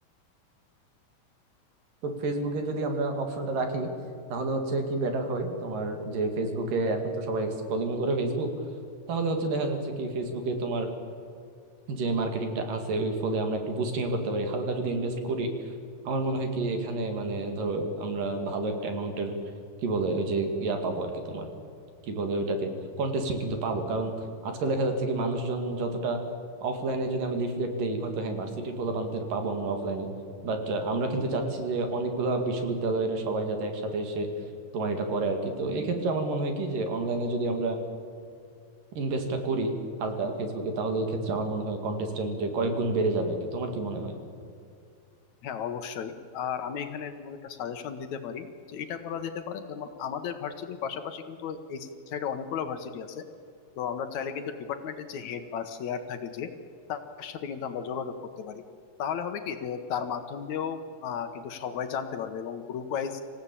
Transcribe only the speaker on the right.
তো ফেসবুকে যদি আমরা অপশনটা রাখি তাহলে হচ্ছে কি বেটার হয় তোমার যে ফেসবুকে এখন তো সবাই স্ক্রলিং করে ফেসবুক তাহলে হচ্ছে দেখা যাচ্ছে কি ফেসবুকে তোমার যে মার্কেটিংটা আছে ওই ফলে আমরা একটু বুস্টিং করতে পারি হালকা যদি ইনভেস্ট করি আমার মনে হয় কি এখানে মানে ধরো আমরা ভালো একটা অ্যামাউন্টের কি বলে ওই যে ইয়া পাবো আর কি তোমার কি বলে ওইটাকে কন্টেস্টেন্ট কিন্তু পাবো কারণ আজকাল দেখা যাচ্ছে কি মানুষজন যতটা অফলাইনে যদি আমি লিফলেট দেই হয়তো হ্যাঁ ভার্সিটির পোলাপানদের পাবো আমরা অফলাইনে বাট আমরা কিন্তু চাচ্ছি যে অনেকগুলা বিশ্ববিদ্যালয়ের সবাই যাতে একসাথে এসে তোমার এটা করে আর কি তো এই ক্ষেত্রে আমার মনে হয় কি যে অনলাইনে যদি আমরা ইনভেস্টটা করি হালকা ফেসবুকে তাহলে এই ক্ষেত্রে আমার মনে হয় কন্টেস্টেন্ট যে কয়েক গুণ বেড়ে যাবে আর কি তোমার কি মনে হয়